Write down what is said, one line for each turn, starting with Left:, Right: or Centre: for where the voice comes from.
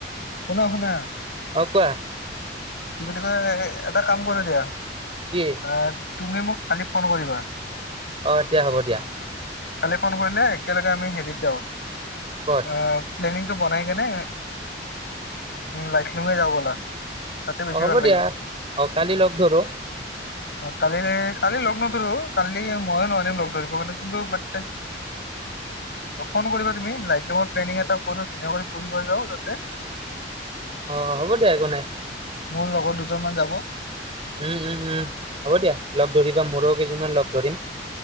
Left: শুনা শুনা
Right: অ কোৱা
Left: কি বুলি কয় এটা কাম কৰো দিয়া
Right: কি
Left: তুমি মোক কালি ফোন কৰিবা।
Right: অ' এতিয়া হ'ব দিয়া।
Left: কালি ফোন কৰিলে একেলগে আমি হেৰিত যাওঁ
Right: ক'ত
Left: অ' প্লেনিংটো বনাই কেনে লাইটলাময়ে যাওঁ ব'লা। তাতে বেছি
Right: অ' হ'ব
Left: ভাল লাগিব
Right: দিয়া অ' কালি লগ ধৰো
Left: কালি কালি লগ নধৰো কালি ময়ো নোৱাৰনিম লগ ধৰিব কাৰনে কিন্তু <inaudible> ফোন কৰিবা তুমি লাইটলামৰ প্লেনিং এটা কৰো ধুনিয়াকয় ফুৰিব যাও যাতে <inaudible>
Right: অ' হ'ব দিয়া একো নাই।
Left: মোৰ লগত দুজন মান যাব।
Right: উম, উম-উম হ'ব দিয়া লগ ধৰিবা মোৰো কেইজনমান লগ ধৰিম।